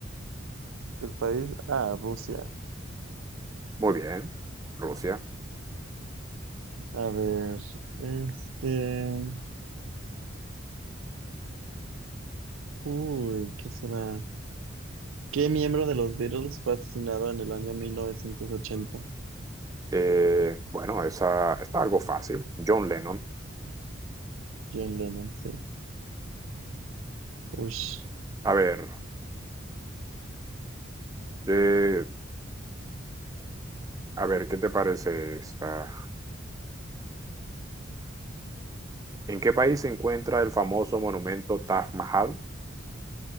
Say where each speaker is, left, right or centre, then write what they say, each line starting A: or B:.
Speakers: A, on the right; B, on the right.
A: El país, ah, Rusia.
B: Muy bien, Rusia.
A: A ver, este... Uy, ¿qué será? ¿Qué miembro de los Beatles fue asesinado en el año 1980?
B: Eh, bueno, esa está algo fácil. John Lennon.
A: John Lennon, sí. Ush.
B: A ver, eh, a ver, ¿qué te parece esta? ¿En qué país se encuentra el famoso monumento Taj Mahal?